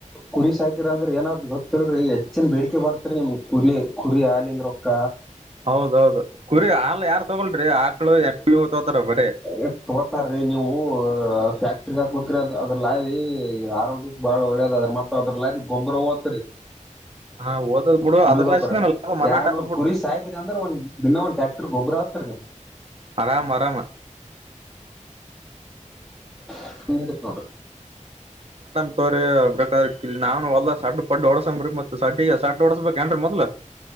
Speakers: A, in the centre; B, on the right.
A: ಕುರಿ ಸಾಕಿರ ಅಂದ್ರೆ ಏನಾದ್ ಗೊತ್ತ ರಿ ಎಚ್ ಜನ್ ಬೇಡಿಕೆ ಬರ್ತರಿ ನಿಮ್ ಕುರಿ ಕುರಿ ಹಾಲ ಅಂದ್ರೊಕ್ಕ
B: ಹೌದೌದು ಕುರಿ ಹಾಲು ಯಾರ್ ತೊಗೋಳ್ರಿ ಆಕ್ಳು ಎಮ್ಮಿ ತೋತಾರ ಬರೀ
A: ಎ ತಗೋತಾರಿ ನೀವು ಫ್ಯಾಕ್ಟ್ರಿಗ್ ಹಾಕ್ಬೇಕ್ರೀ ಅದು ಅದ್ರಲ್ಲಿ ಈ ಆರೋಗ್ಯದ ಬಾಳ ಒಳ್ಳೇದ ಅದ್ರ ಮಾತ್ರ ಅದ್ರಲ್ಲಿ ಗೊಬರ ಓದತ್ರಿ
B: ಹಾ ಓದದ್ ಬಿಡು
A: ಕುರಿ
B: ಅದ್ರಲಾಸಿನ
A: ಗೊಬ್ಬರ
B: ಲಾಭ ಮನ್ನಾಟ
A: ಎರ್ಡ್ನೂರ್
B: ಆದ್ ಬಿಡು
A: ಕುರಿ ಸಾಯಕಿದೆ ಅಂದ್ರೆ ಒಂದ್ ದಿನಾ ಒಂದು ಟ್ಯಾಕ್ಟರ್ ಗೊಬ್ಬರ ಆಗ್ತರಿ ನಿಮ್
B: ಆರಾಮ ಆರಾಮ
A: ಹತೋಡ
B: ಬಾದ ನಾವನ್ ಒಲ್ಲದಾಗ ಸಡ್ ಪಡ್ ಓಡಸಂಬ್ರಿ ಮತ್ತ ಸಡ್ಡಿ ಸಡ್ ಓಡಸ್ಬೇಕ ಏನ್ರ ಮೊದಲ